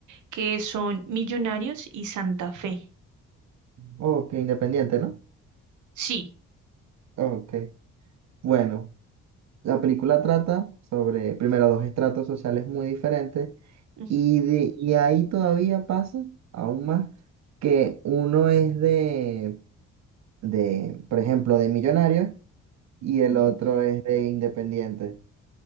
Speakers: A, on the right; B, on the right.
A: que son Millonarios y Santa Fe.
B: Oh, que independiente, ¿no?
A: Sí.
B: Ok. Bueno, la película trata sobre, primero, dos estratos sociales muy diferentes
A: Ujú,
B: y, de, y ahí todavía pasa, aún más, que uno es de, de, por ejemplo, de millonario y el
A: ujú.
B: otro es de independiente.